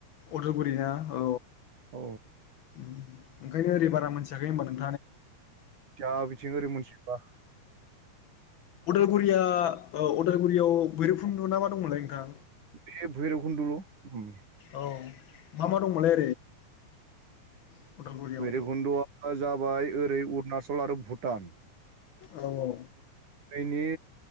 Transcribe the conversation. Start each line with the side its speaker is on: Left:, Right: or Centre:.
Left: उदालगुरि ना औ
Right: औ
Left: उम ओंखायनो ओरै बारा मोनथियाखै होनोमबा नों
Right: जा बिथिं ओरै मिथिजोबा
Left: लगुरिया अदालगुरियाव बैरबखुन्द दङ ना मा दंमोनलाय नोंथां
Right: बे भैरबखुन्दल' उम
Left: औ मा मा दंमोनलाय ओरै अदालगुरियाव
Right: भैरबखुन्द'आ जाबाय ओरै अरुणाचल आरो भुटान
Left: औ औ
Right: बैनि